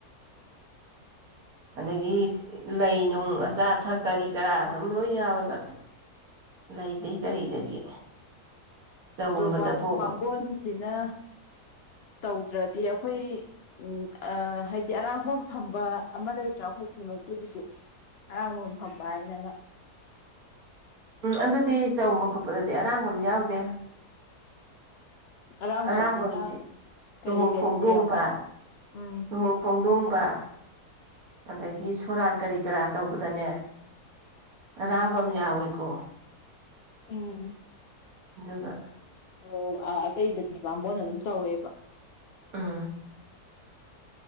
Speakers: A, on the left; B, on the right.
A: <inaudible>
B: ꯑꯗꯥꯒꯤ ꯂꯩꯅꯨꯡ ꯑꯆꯥ ꯑꯊꯛ ꯀꯔꯤ ꯀꯔꯥ ꯑꯗꯨꯝ ꯂꯣꯏ ꯌꯥꯎꯋꯦꯕ ꯂꯩꯗꯩ ꯀꯔꯤꯗꯒꯤ ꯆꯒꯨꯝꯕꯗꯕꯣꯕ
A: ꯑꯣ ꯕꯥꯒꯣꯟꯁꯤꯅ ꯇꯧꯗ꯭ꯔꯗꯤ ꯑꯩꯈꯣꯏ ꯎꯝ ꯍꯥꯏꯗꯤ ꯑꯔꯥꯡꯐꯝꯝ ꯐꯝꯕ ꯑꯃ ꯂꯩꯇ꯭ꯔꯥ ꯑꯩꯈꯣꯏꯒꯤ ꯃꯩꯇꯩꯒꯤꯗꯤ ꯑꯔꯥꯡꯕ ꯐꯝꯕ ꯍꯥꯏꯅ ꯑꯃ
B: ꯎꯝ ꯑꯗꯨꯗꯤ ꯆꯕ ꯈꯣꯠꯄꯗꯗꯤ ꯑꯔꯥꯡꯕ ꯑꯃ ꯌꯥꯎꯗꯦ
A: ꯑꯔꯥꯡꯕꯝꯁꯤꯅ
B: ꯑꯔꯥꯡꯕꯗꯤ
A: ꯀꯔꯤ
B: ꯂꯍꯣꯡꯈꯣꯡꯗꯣꯡꯕ
A: ꯀꯔꯤꯗ ꯌꯥꯎꯕ ꯎꯝ
B: ꯂꯍꯣꯡ ꯊꯣꯡꯗꯣꯡꯕ ꯑꯗꯒꯤ ꯁꯣꯔꯥꯔ ꯀꯔꯤ ꯀꯔꯥ ꯇꯧꯕꯗꯅꯦ ꯔꯥꯡꯒꯝ ꯌꯥꯋꯤꯀꯣ
A: ꯎꯝ
B: ꯑꯗꯨꯒꯥ
A: ꯑꯣ ꯑꯥ ꯑꯇꯩꯗꯗꯤ ꯕꯥꯝꯕꯣꯟꯅ ꯑꯗꯨꯝ ꯇꯧꯋꯦꯕ
B: ꯎꯝ